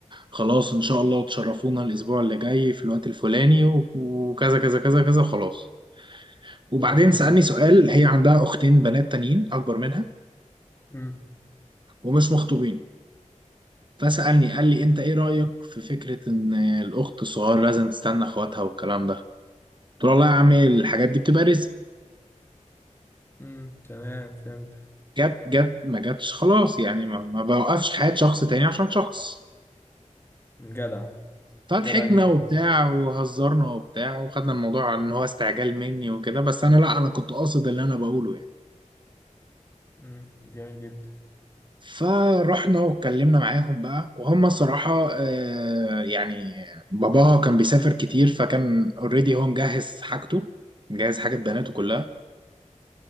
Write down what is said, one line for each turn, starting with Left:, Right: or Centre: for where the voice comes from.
Right: خلاص ان شاء الله تشرفونا الاسبوع اللي جاي في الوقت الفلاني و- وكذا كذا كذا كذا خلاص وبعدين
Left: جميل جدا
Right: سألني سؤال هي عندها أختين بنات تانيين أكبر منها
Left: مم،
Right: ومش مخطوبين فسألني قال
Left: مم،
Right: لي أنت إيه رأيك في فكرة إن الأخت الصغيرة لازم تستنى إخواتها والكلام ده قلت له والله يا عمي الحاجات دي بتبقى رزق
Left: مم، تمام فهمت
Right: جت جت ما جتش خلاص يعني ما, ما بوقفش حياة شخص تاني عشان شخص
Left: جدع
Right: فضحكنا
Left: جدع جدا
Right: وبتاع وهزرنا وبتاع وخدنا الموضوع إن هو استعجال مني وكده بس أنا لا أنا كنت قاصد اللي أنا بقوله يعني
Left: مم، جميل جدا
Right: فرحنا واتكلمنا معاهم بقى وهم صراحة آه، يعني باباها كان بيسافر كتير فكان اوريدي هو مجهز حاجته مجهز حاجة بناته كلها